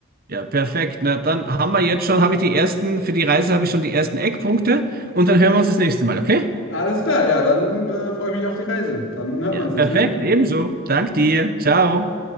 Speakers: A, on the right; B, on the left.
A: Ja, perfekt. Na, dann haben wir jetzt schon, habe ich die ersten, für die Reise habe ich schon die ersten Eckpunkte und dann hören wir uns das nächste Mal, okay?
B: Alles klar, ja, dann äh, freue ich mich auf die Reise. Dann hört
A: Ja,
B: man
A: perfekt,
B: sich, ne?
A: ebenso. Dank dir. Ciao.